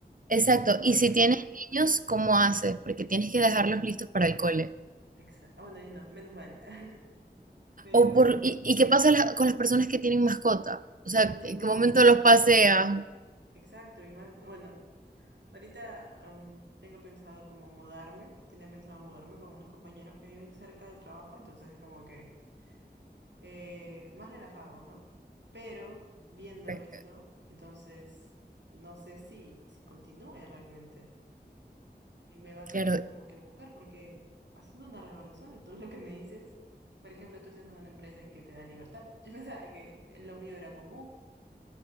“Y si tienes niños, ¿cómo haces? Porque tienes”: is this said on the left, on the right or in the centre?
Right